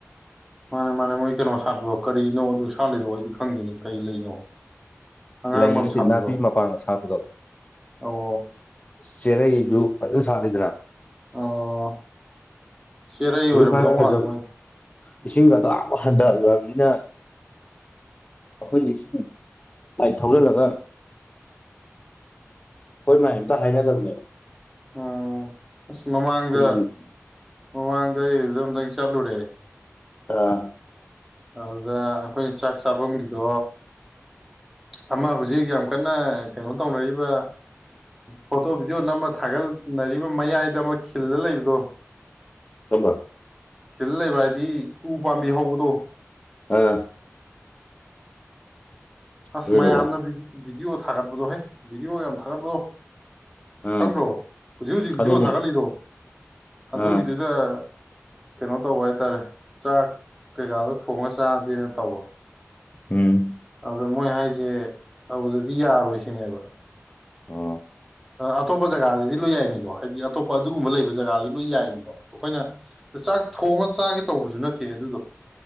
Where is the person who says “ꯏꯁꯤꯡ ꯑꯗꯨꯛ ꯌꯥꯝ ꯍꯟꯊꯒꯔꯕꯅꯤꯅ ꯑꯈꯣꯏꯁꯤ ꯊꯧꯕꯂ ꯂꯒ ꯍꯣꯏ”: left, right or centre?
Left